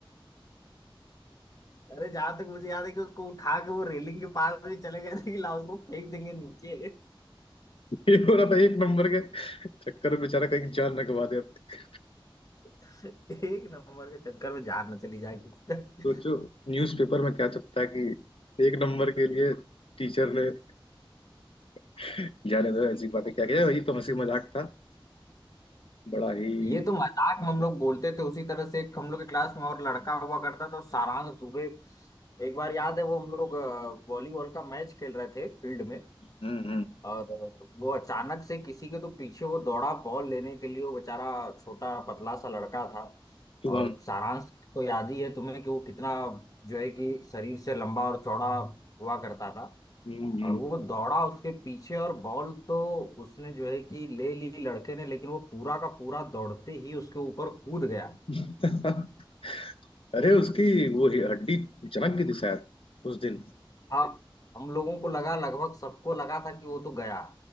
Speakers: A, on the left; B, on the left.
A: अरे जहां तक मुझे याद है कि उसको उठा के वो रेलिंग के पास भी चले गए थे कि लाओ उसको फेंक देंगे नीचे
B: ये हो रहा था एक नंबर के चक्कर में बेचारा कहीं जान न गवा दे अपनी
A: <laughs> एक नंबर के चक्कर में जान न चली जाए किसी से।
B: सोचो न्यूज़पेपर में क्या छपता है कि एक नंबर के लिए टीचर ने <laughs> जाने दो ऐसी बातें क्या किया वही तो हंसी मजाक था बड़ा ही
A: ये तो मजाक में हम लोग बोलते थे उसी तरह से एक हम लोग के क्लास में और लड़का हुआ करता था सारांश दुबे एक बार याद है वो हम लोग अ, वॉलीबॉल का मैच खेल रहे थे फील्ड में
B: हम्म हम्म
A: और वो अचानक से किसी के तो पीछे वो दौड़ा बॉल लेने के लिए वो बेचारा छोटा पतला सा लड़का था
B: शुभम
A: और सारांश तो याद ही है तुम्हें कि वो कितना जो है कि शरीर से लंबा और चौड़ा हुआ करता था
B: हम्म
A: और
B: हम्म।
A: वो दौड़ा उसके पीछे और बॉल तो उसने जो है कि ले ली लड़के ने लेकिन वो पूरा का पूरा दौड़ते ही उसके ऊपर कूद गया
B: <laughs> अरे उसकी वो ही हड्डी चमक गई थी शायद उस दिन
A: अब हम लोगों को लगा लगभग सबको लगा था कि वो तो गया